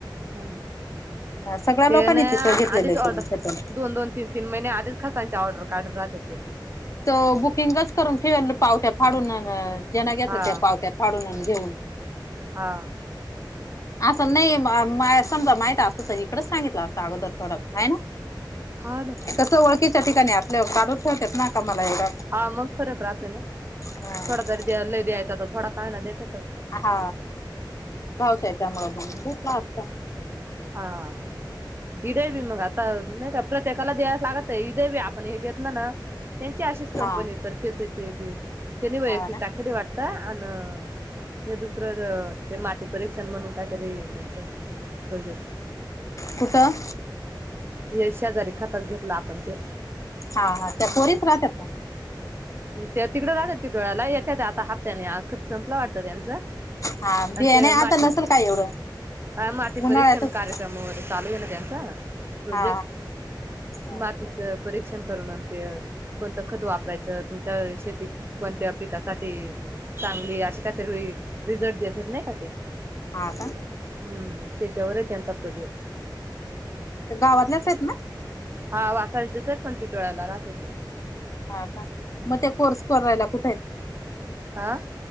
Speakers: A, on the right; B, on the left.
A: ह ह
B: हा सगळ्या लोकांनी
A: ते नाही
B: तिथं घेतलेलं
A: आधीच
B: आहे करून
A: ऑर्डर
B: खतम.
A: दोन-दोन तीन तीन, तीन महिने आधीच खतांची ऑर्डर काढुत राहात्याती.
B: तर बुकिंगच करून ठेवल पावट्या फाडून जेना घेतलं
A: हा
B: त्या पावत्या फाडून घेऊन.
A: हा
B: असं नाही समजा माहित असतं तर इकडच सांगितलं असतं अगोदर थोडा आहे ना.
A: हा ना
B: कसं ओळखीच्या ठिकाणी आप- लव काढून ठेवतेेत ना का मला हेर
A: हा मग फरक राहतोय ना
B: हा
A: थोडा
B: <inaudible>
A: तरी लय द्यायचा तर थोडा काय ना देत्यात.
B: हा भावच्याच्यामुळं म्हण भकला असत <inaudible>
A: हा हडेे बी मग आता नाही का प्रत्येकाला द्यायस लागत हदेब आपण हे घेतलं ना. त्यांची अशीच कंपनी
B: हा.
A: तर्फेच येते त्यांनी वैयक्तिक
B: हा ना
A: ताख वाट- अ हे दुसरं ते माती परीक्षण म्हणून कायतरी त्यांचं- होय
B: कुठं
A: हे शेजारी खतक घेतला आपण ते,
B: हा हा त्या पोरीच राहतात का?
A: त्या तिकडे राहात्यात टीटवाळ्याला येत्या त्या आता हप्त्याने आख संपलं वाटतं त्यांचं-
B: हा
A: आणि
B: बियाणे
A: ते
B: आता
A: माती
B: नसेल काय एवढं
A: हा माती
B: उन्हाळ्यातच
A: परीक्षण कार्यक्रम व- चालू आहे ना त्यांचां प्रोजेक्ट,
B: हा हा
A: मातीचं परीक्षण करून ते कोणतं खत वापरायचं. तुमच्या शेतीत कोणत्या पिकांसाठी - चांगली असे काहीतरी रिझल्ट द्या नाही का ते.
B: ह का
A: हम्म तेच्यावर तेचा प्रोजेक्ट.
B: तर गावातल्याच आहेत.
A: हा वासाळीच्याचच पण टिटवाळ्याला राहते ते
B: हा का मग त्या कोर्स करायला कुठे?
A: अ